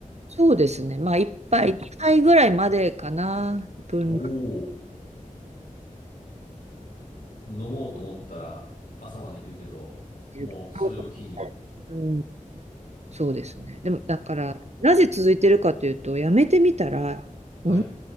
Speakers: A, on the right; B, on the left.
A: そうですね。まあ、1杯、2杯ぐらいまでかな。分量
B: おお。飲もうと思ったら朝までいけるけど、
A: で言うと
B: もうそれを機に、い
A: うん、そうですね。でも、だから、
B: や。
A: なぜ続いてるかというと、やめてみたら、
B: はい、
A: もの